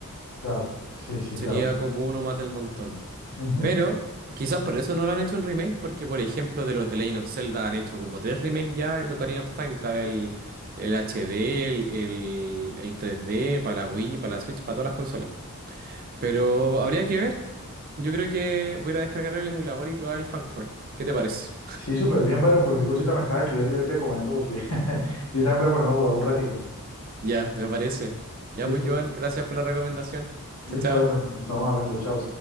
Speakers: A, on the left (about 70°); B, on the right (about 40°).
A: Claro, sí, sí,
B: Sería
A: claro.
B: como uno más del montón.
A: Ujú.
B: Pero quizás por eso no lo han hecho un remake, porque por ejemplo de los de Legend of Zelda han hecho como tres remakes ya, el Ocarina of Time, está el, el HD, el, el, el 3D, para la Wii, para la Switch, para todas las consolas. Pero habría que ver. Yo creo que voy a ir a descargar el emulador y probar el Frankfurt. ¿Qué te parece?
A: Sí, súper bien, Byron. Cualquier cosita me estaba escribiendo y ahí te comento porque <laughs> yo también voy a ponerme a jugar un ratico.
B: Ya, me parece. Ya
A: Listo,
B: pues, Joan, gracias por la recomendación.
A: listo,
B: Chao, chao.
A: Byron. Estamos hablando. Chao.